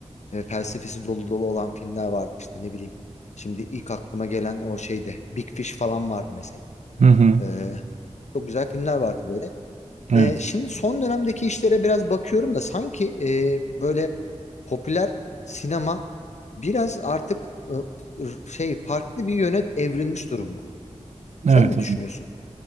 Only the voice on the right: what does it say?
Hı hı.
Evet.
Evet
abi.